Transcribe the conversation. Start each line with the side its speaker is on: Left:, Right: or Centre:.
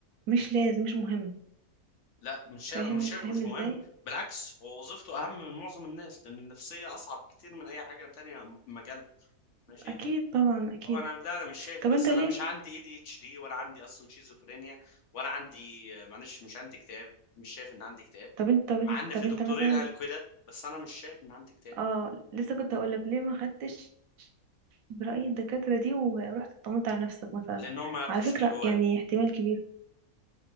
Right: مش لازم مش مهم
Left: لا مش شايف
Right: فاهمني
Left: انا مش شايفه
Right: فاهمني
Left: مش مهم
Right: ازاي
Left: بالعكس هو وظيفته اهم من معظم الناس لان النفسيه اصعب كتير من اي حاجه تانية في مجالها ماشي
Right: اكيد طبعا اكيد
Left: هو انا لا انا مش شايف
Right: طب
Left: بس
Right: انت ليه
Left: انا مش عندي اي دي اتش دي ولا عندي اصلا شيزوفرينيا ولا عندي معلش مش عندي اكتئاب مش شايف ان عندي اكتئاب
Right: طب انت طب انت,
Left: مع ان
Right: طب
Left: في
Right: انت
Left: دكتورين
Right: مثلا
Left: قالوا كده بس انا مش شايف ان عندي اكتئاب
Right: اه لسه كنت هقول لك ليه ما خدتش برأي الدكاترة دي ورحت اطمنت على نفسك مثلا
Left: لانهم ما يعرفوش
Right: على فكرة
Left: اللي جوايا
Right: يعني احتمال كبير